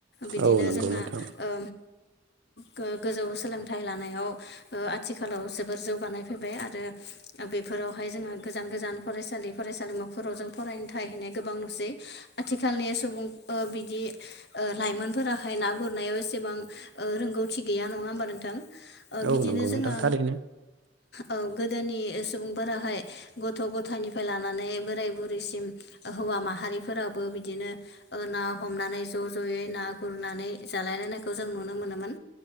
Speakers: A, on the left; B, on the right.
A: बिदिनो
B: औ नंगौ
A: जोंना
B: नोंथां
A: ओ गो-गोजौ सोलोंथाइ लानायाव आथिखालाव जोबोर जौगानाय फैबाय आरो। बेफोरावहाय जोङो गोजान-गोजान फरायसालि फरायसालिमाफोराव जों। फरायनो थनाय गोबां नुसै आथिखालनि सुबुं बिदि लाइमोनफोराहाय ना गुरनायाव एसेबां रोंगौथि गैया नङा होमबा नोंथां
B: औ
A: बिदिनो
B: नंगौ
A: जोङो
B: नोंथां थारैनो
A: ओ गोदोनि सुबुंफोराहाय गथ' गथायनि फ्राय लानानै बोराय बुरिसिम हौवा माहारिफोराबो बिदिनो ना हमनानै ज ज' ज'यै ना गुरनानै जालायलायनायखौ जों नुनो नुनो मोनोमोन